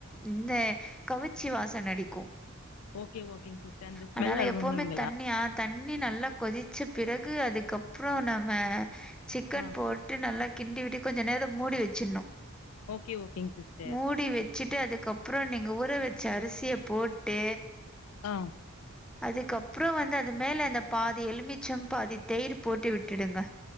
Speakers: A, in the centre; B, on the left (about 70°).
A: இந்த கவுச்சி வாசன அடிக்கோ
B: ஓகே ஓகேங் சிஸ்டர் அந்த ஸ்மெல்
A: அதனால
B: <unintelligible>
A: எப்பவுமே தண்ணியா தண்ணி நல்லா கொதிச்ச பிறகு அதுக்கப்றோ நம்ம சிக்கன்
B: ஆ
A: போட்டு நல்லா கிண்டி விட்டு கொஞ்ச நேரோ மூடி வெட்சின்னோ
B: ஓகே ஓகேங் சிஸ்டர்
A: மூடி வெ ச்சிட்டு அதுக்கப்ரோ நீங்க ஊற வெச்ச அரிசிய போட்டு
B: அ
A: அதுக்கப்றோ வந்து அது மேல அந்த பாதி எலுமிச்சம் பாதி தெயிர் போட்டு விட்டுடுங்க